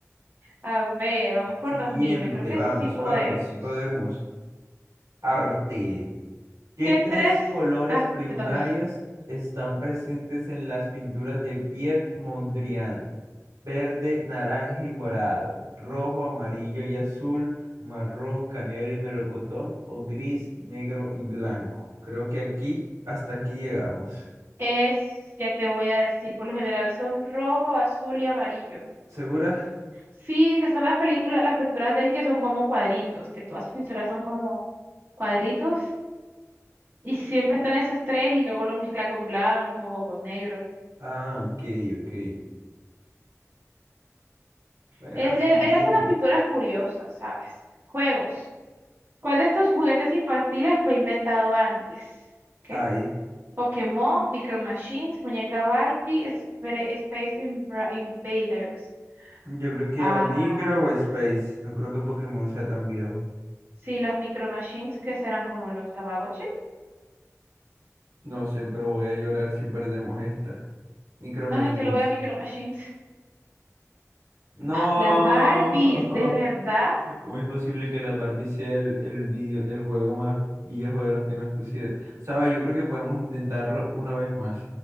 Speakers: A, on the right; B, on the right.
A: A ver, vamos por
B: Siguiente,
A: 2000. Yo creo que
B: vamos,
A: sí podemos.
B: vamos, si podemos. Arte. ¿Qué
A: ¿Qué
B: tres
A: tres?
B: colores
A: Ah,
B: primarios
A: te toca.
B: están presentes en las pinturas de Piet Mondrian? Verde, naranja y morado, rojo, amarillo y azul, marrón, canela y melocotón, o gris, negro y blanco. Creo que aquí, hasta aquí llegamos.
A: Es, ya te voy a decir, por lo general son rojo, azul y amarillo.
B: ¿Segura?
A: Sí, que son las películas, las pinturas de él que son como cuadritos, que todas sus pinturas son como cuadritos y siempre están esos tres y luego lo mezcla con blanco o con negro.
B: Ah, ok, ok. Bueno,
A: Es-
B: siguiendo.
A: él, él hace unas pinturas curiosas, ¿sabes? Juegos. ¿Cuál de estos juguetes infantiles fue inventado antes? ¿Qué?
B: Ay,
A: Pokémon, Micro Machines, Muñeca Barbie, Spre- Space Invra- Invaders.
B: yo creo que
A: Ah,
B: o Micro o Space. No creo que Pokémon sea tan viejo.
A: sí, los Micro Machines que serán como los Tamagotchi.
B: No sé, pero voy a llorar si perdemos esta. Micro Machines.
A: Ay, yo lo voy a Micro Machines.
B: No.
A: Las Barbies,
B: <laughs>
A: ¿de verdad?
B: ¿Cómo es posible que la Barbie sea el, el video- el juego más viejo de los que nos pusieron? Sabes, yo creo que podemos intentarlo una vez más.